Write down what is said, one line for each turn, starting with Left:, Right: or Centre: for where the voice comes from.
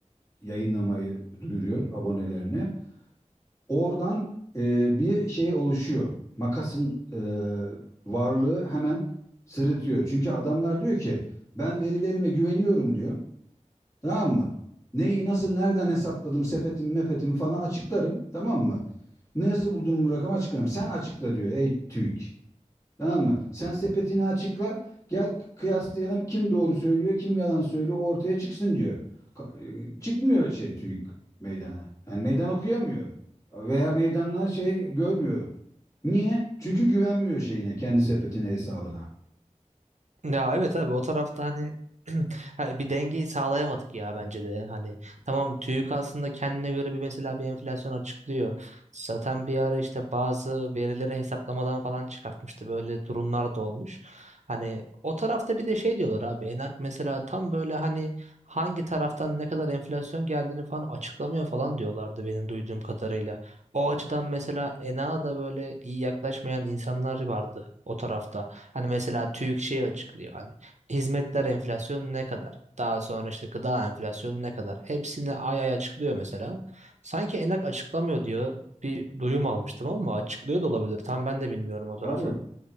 Left: yayınlamayı duyuruyor abonelerine. Oradan e, bir şey oluşuyor. Makasın e, varlığı hemen sırıtıyor. Çünkü adamlar diyor ki ben verilerime güveniyorum diyor. Tamam mı? Neyi nasıl nereden hesapladım sepetim mepetim falan açıklarım. Tamam mı? Nasıl buldum bu rakamı açıklarım. Sen açıkla diyor ey TÜİK. Tamam mı? Sen sepetini açıkla. Gel kıyaslayalım kim doğru söylüyor, kim yalan söylüyor ortaya çıksın diyor. Ka- e, Çıkmıyor şey TÜİK meydana. Yani meydan okuyamıyor. Veya meydanlar şey görmüyor. Niye? Çünkü güvenmiyor şeyine, kendi sepetine, hesabına.
Right: Ya evet abi o tarafta hani <clears throat> ha, bir dengeyi sağlayamadık ya bence de. Hani tamam TÜİK aslında kendine göre bir mesela bir enflasyon açıklıyor. Zaten bir ara işte bazı verileri hesaplamadan falan çıkartmıştı. Böyle durumlar da olmuş. Hani o tarafta bir de şey diyorlar abi Enak mesela tam böyle hani hangi taraftan ne kadar enflasyon geldiğini falan açıklamıyor falan diyorlardı benim duyduğum kadarıyla. O açıdan mesela Enak'a da böyle iyi yaklaşmayan insanlar vardı o tarafta. Hani mesela TÜİK şeyi açıklıyor hani hizmetler enflasyonu ne kadar? Daha sonra işte gıda enflasyonu ne kadar? Hepsini ay ay açıklıyor mesela. Sanki Enak açıklamıyor diyor. Bir duyum almıştım ama açıklıyor da olabilir. Tam ben de bilmiyorum o tarafı.
Left: Abi